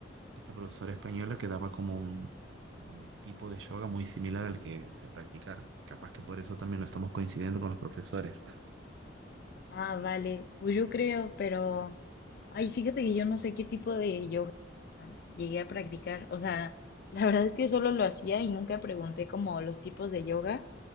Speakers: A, on the right; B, on the left.
A: esta profesora española que daba como un un tipo de yoga muy similar al que se practicara. Capaz que por eso también no estamos coincidiendo con los profesores. <laughs>
B: Ah, vale. Pues yo creo, pero... Ay, fíjate que yo no sé qué tipo de yoga llegué a practicar. O sea, <laughs> la verdad es que solo lo hacía y nunca pregunté como los tipos de yoga.